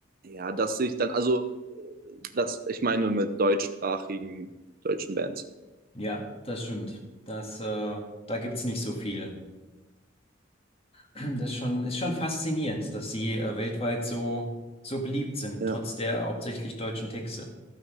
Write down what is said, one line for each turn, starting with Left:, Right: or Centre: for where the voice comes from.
Right: Ja, dass ich dann, also, äh, das, ich meine mit deutschsprachigen deutschen Bands.
Left: Ja, das stimmt. Das, äh, da gibt's nicht so viel. Das ist schon, ist schon faszinierend, dass sie äh, weltweit so, so beliebt sind,
Right: Ja,
Left: trotz der hauptsächlich deutschen Texte.